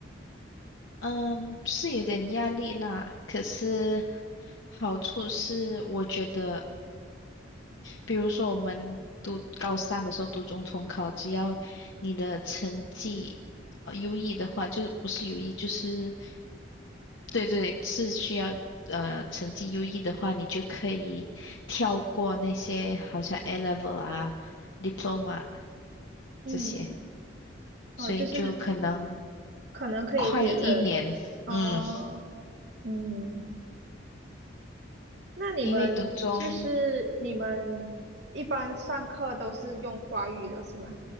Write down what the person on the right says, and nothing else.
嗯，
哦，
就是可能可以节省，
哦，
嗯。那你们就是你们一般上课都是用华语的是吗？